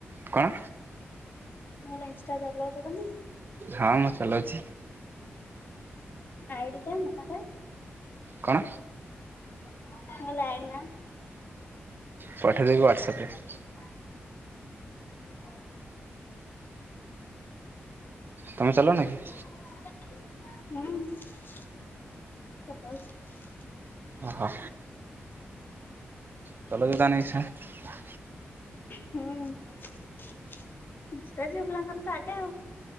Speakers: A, on the right (about 50°); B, on the left (about 50°).
A: କଣ?
B: ମୋ ଇନଷ୍ଟା ଚଲଉଛ ତମେ?
A: ହଁ ମୁଁ ଚଲଉଛି।
B: ଆଇଡିଟା ନାଆଟା?
A: କଣ?
B: ମୁଁ କହିଲି ଆଇଡି ନା।
A: ପଠାଇଦେବି ହ୍ୱାଟ୍ସଆପରେ।
B: <unintelligible>
A: ତମେ ଚଲଉ ନ କି?
B: ହୁଁ। ଚଲଉଛି।
A: ଓହୋ। <unintelligible>
B: ହୁଁ। ଇନଷ୍ଟା ଝିଅ ପିଲାଙ୍କର ତ ଆଗେ ଆଉ।